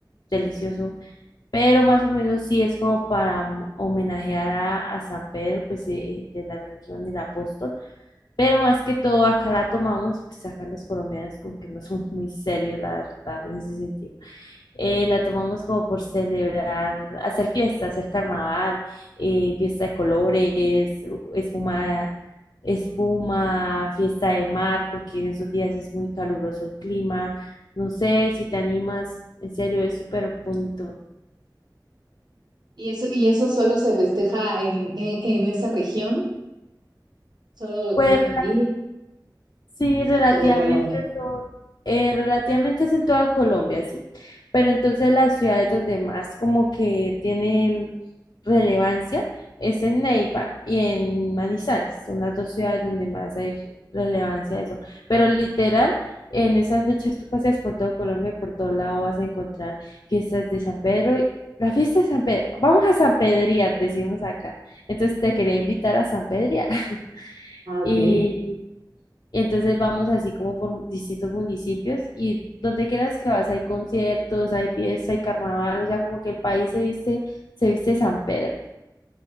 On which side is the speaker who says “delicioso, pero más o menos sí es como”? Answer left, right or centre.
Left